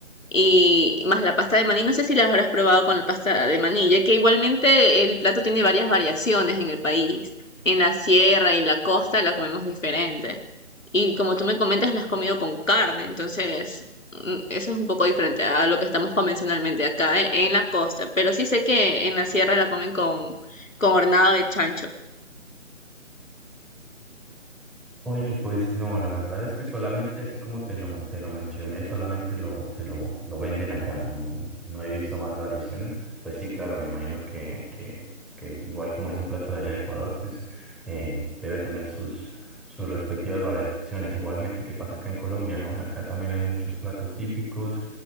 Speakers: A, on the left; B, in the centre.
A: y más la pasta de maní. No sé si la habrás probado con la pasta de maní, ya que igualmente el plato tiene varias variaciones en el país. En la sierra y la costa la comemos diferente. Y como tú me comentas, la has comido con carne, entonces mm, eso es un poco diferente a lo que estamos convencionalmente acá eh, en la costa. Pero sí sé que en la sierra la comen con, con hornado de chancho.
B: Oye, pues no, la verdad es que solamente así como te lo, te lo mencioné, solamente lo, se lo, lo venden acá, no, no he visto más variaciones. Pues sí, claro, me imagino que, que, que igual como es un plato de allá de Ecuador, pues eh, debe tener sus, sus respectivas variaciones. Igualmente que pasa acá en Colombia, ¿no? Acá también hay muchos platos típicos,